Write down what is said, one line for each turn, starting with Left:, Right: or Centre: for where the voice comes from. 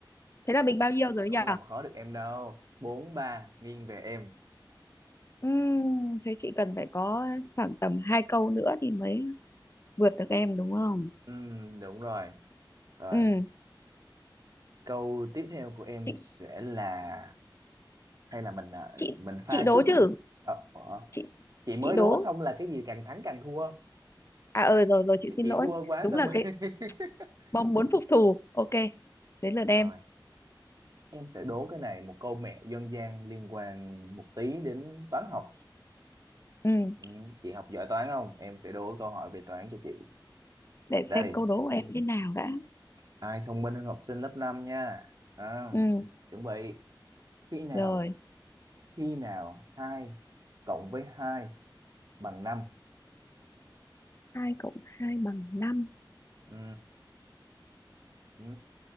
Left: Thế là mình bao nhiêu rồi
Right: không
Left: nhỉ?
Right: làm khó được em đâu bốn ba nghiêng về em
Left: Ừm, thế chị cần phải có khoảng tầm hai câu nữa thì mới vượt được em đúng không?
Right: ừ, đúng rồi rồi
Left: Ừm,
Right: câu tiếp theo của em
Left: chị
Right: sẽ là hay là mình à,
Left: chị
Right: mình pha
Left: chị đố
Right: chút
Left: chứ?
Right: ờ, ờ.
Left: Chị
Right: chị mới
Left: chị đố.
Right: đố xong là cái gì càng thắng càng thua
Left: À ờ rồi rồi chị
Right: Cái
Left: xin
Right: chị
Left: lỗi.
Right: thua quá
Left: Đúng
Right: xong
Left: là
Right: rồi
Left: cái bom
Right: <laughs>
Left: muốn phục thù. Ok. Đến lượt
Right: rồi
Left: em.
Right: Em sẽ đố cái này một câu mẹo dân gian liên quan một tí đến toán học.
Left: Ừm,
Right: Ừ, chị học giỏi toán không? Em sẽ đố câu hỏi về toán cho chị.
Left: để
Right: Đây,
Left: xem câu đố của em thế nào đã.
Right: ai thông minh hơn học sinh lớp năm nha. À,
Left: Ừm,
Right: chuẩn bị. Khi nào,
Left: rồi,
Right: khi nào hai cộng với hai bằng năm
Left: 2 cộng 2 bằng năm
Right: Ừ, ừ,